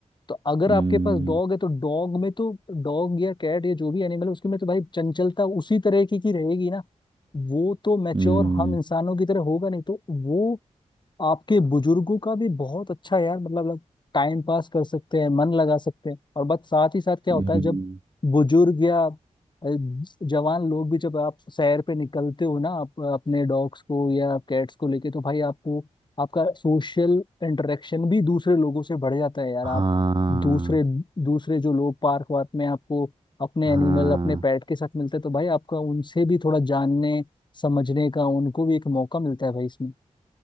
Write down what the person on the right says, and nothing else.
हम्म
हम्म
हम्म
हाँ
हाँ